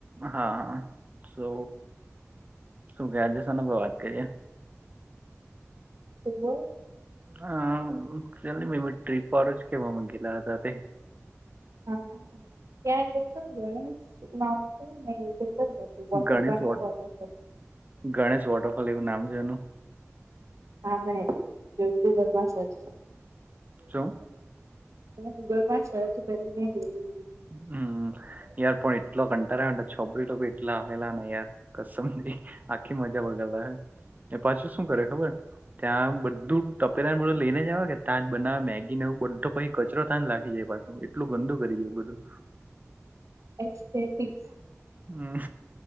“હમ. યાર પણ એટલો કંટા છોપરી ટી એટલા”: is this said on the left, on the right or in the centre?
Right